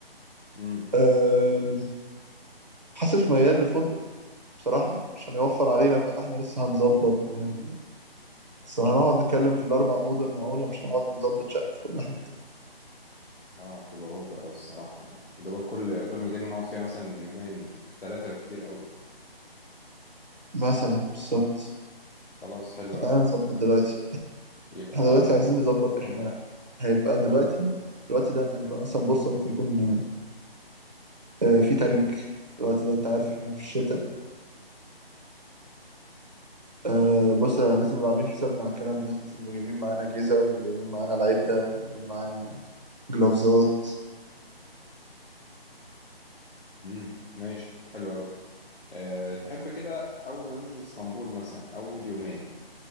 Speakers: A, on the left; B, on the right.
A: امم
B: أم، حاسس ميال لفندق بصراحة عشان يوفر علينا بقى احنا لسه هنظبط ونعمل بس هنقعد نتكلم في الأربع مدن معقولة مش هنقعد نظبط شقة في كل حتة
A: اه تبقى اوبر او الصراحة يعني ده بقى كل كل مدينة نقعد فيها مثلا يومين ثلاثة بالكتير قوي
B: مثلا بالظبط
A: خلاص حلو قوي
B: تعالى نظبط دلوقتي
A: يبقى
B: احنا دلوقتي عايزين نظبط احنا
A: فندق
B: هيبقى دلوقتي في الوقت ده هيبقى مثلا بورصة ممكن يكون آه، في تلج في الوقت ده انت عارف احنا في الشتاء آه، بص آه، لازم نبقى عاملين حسابنا على الكلام ده لازم نبقى جايبين معانا جزم وجايبين معانا العدة وجايبين معانا جلافزات
A: امم ماشي حلو قوي أه تحب كده أول ما ننزل اسطنبول مثلا أول يومين